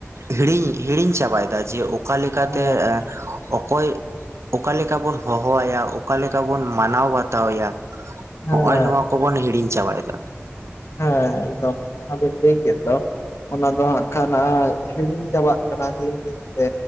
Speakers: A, on the right; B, on the left.
A: ᱦᱤᱲᱤᱧ ᱦᱤᱲᱤᱧ ᱪᱟᱵᱟᱭᱮᱫᱟ ᱡᱮ ᱚᱠᱟ ᱞᱮᱠᱟᱛᱮ
B: ᱦᱮᱸ
A: ᱚᱠᱚᱭ ᱚᱠᱟ ᱞᱮᱠᱟ ᱵᱚᱱ ᱦᱚᱦᱚᱣᱟᱭᱟ ᱚᱠᱟ ᱞᱮᱠᱟ ᱵᱚᱱ ᱢᱟᱱᱟᱣ ᱵᱟᱛᱟᱣ ᱟᱭᱟ,
B: ᱦᱮᱸ
A: ᱦᱚᱸᱜᱼᱚᱭ ᱱᱚᱣᱟ ᱠᱚᱵᱚᱱ ᱦᱤᱲᱤᱧ ᱪᱟᱵᱟᱭᱮᱫᱟ᱾
B: ᱦᱮᱸ, ᱮᱠᱫᱚᱢ ᱡᱟᱦᱟᱸ ᱵᱮᱱ ᱞᱟᱹᱭ ᱠᱮᱫ ᱫᱚ᱾ ᱚᱱᱟ ᱫᱚ ᱦᱟᱸᱜ ᱠᱷᱟᱱ ᱟᱡ ᱦᱤᱲᱤᱧ ᱪᱟᱵᱟᱜ ᱠᱟᱱᱟ ᱫᱤᱱ ᱫᱤᱱ ᱛᱮ᱾